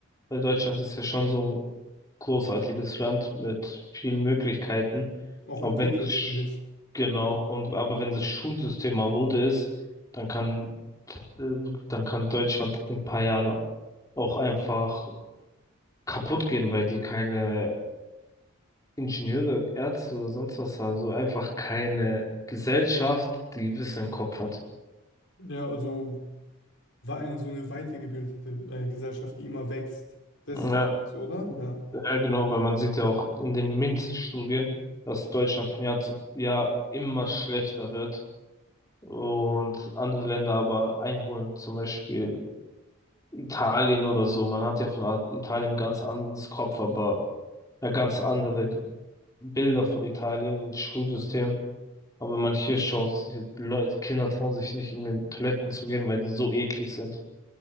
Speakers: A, on the left; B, on the left.
A: weil Deutschland ist ja schon so ein großartiges Land mit vielen Möglichkeiten.
B: Auch
A: Aber
B: entwickelt,
A: wenn das, Sch-
B: finde ich.
A: genau, und, aber wenn das Schulsystem marode ist, dann kann, äh, dann kann Deutschland in ein paar Jahren auch einfach kaputt gehen, weil die keine Ingenieure, Ärzte oder sonst was haben, so einfach keine Gesellschaft, die Wissen im Kopf hat.
B: Ja, also war in so eine weitergebildete äh, Gesellschaft, die immer wächst. Das
A: Ja.
B: so, oder? Ja.
A: Ja, genau, weil man sieht ja auch in den MINT-Studien, dass Deutschland von Jahr zu Jahr immer schlechter wird und andere Länder aber einholen, zum Beispiel Italien oder so. Man hat ja von A- Italien ganz anderes Kopf, aber ja, ganz andere G- Bilder von Italien und Schulsystem. Aber wenn man hier schaut, Leute, Kinder trauen sich nicht in den Toiletten zu gehen, weil die so eklig sind.